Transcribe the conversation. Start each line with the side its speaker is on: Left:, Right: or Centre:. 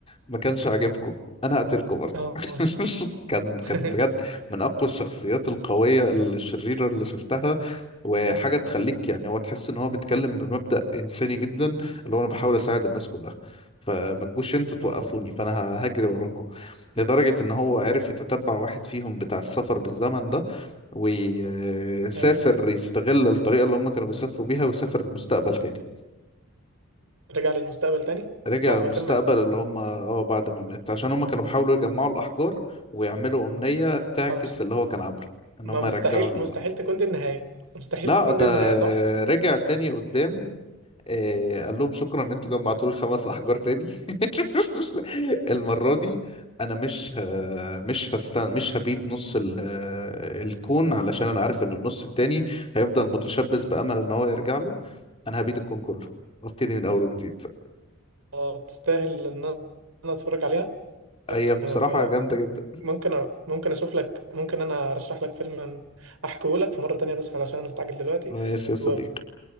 Left: ما كانش عاجبكم انا هقتلكم برضه
Right: اه
Left: <laughs>
Right: اه
Left: كان
Right: <laughs>
Left: كان بجد من اقوى الشخصيات القويه الشريره اللي شفتها وحاجه تخليك يعني هو تحس ان هو بيتكلم بمبدأ انساني جدا اللي هو انا بحاول اساعد الناس كلها فما تجوش انتوا توقفوني
Right: اه
Left: فانا ه- هجري وراكم لدرجة ان هو عرف يتتبع واحد فيهم بتاع السفر بالزمن ده ويسافر
Right: ايوه
Left: يستغل الطريقة اللي هم كانوا بيسافروا بيها ويسافر المستقبل تاني
Right: رجع للمستقبل تاني
Left: رجع
Right: بعد
Left: المستقبل
Right: ما كان مات
Left: اللي هم اه بعد ما مات عشان هم كانوا بيحاولوا يجمعوا الأحجار ويعملوا أمنية تعكس
Right: ما مست...
Left: اللي هو كان عامله ان
Right: ما
Left: هم
Right: مستحيل
Left: يرجعوا ال...
Right: مستحيل تكون دي النهاية مستحيل
Left: لا
Right: تكون
Left: ده
Right: دي النهاية صح؟
Left: رجع تاني قدام آه، قال لهم شكرا ان انتوا جمعتوا لي الخمس احجار تاني <laughs> المره دي انا مش ه... مش هستن... مش هبيد نص ال... آه، الكون علشان انا عارف ان النص التاني هيفضل متشبث بامل ان هو يرجع له انا هبيد الكون كله وابتدي من اول وجديد
Right: آه، تستاهل ان انا أنا اتفرج عليها
Left: هي بصراحه
Right: آه،
Left: جامده جدا
Right: ممكن أ- ممكن اشوف لك ممكن انا ارشح لك فيلم احكيه لك في مرة تانية بس علشان انا مستعجل دلوقتي
Left: ماشي يا صديقي
Right: و...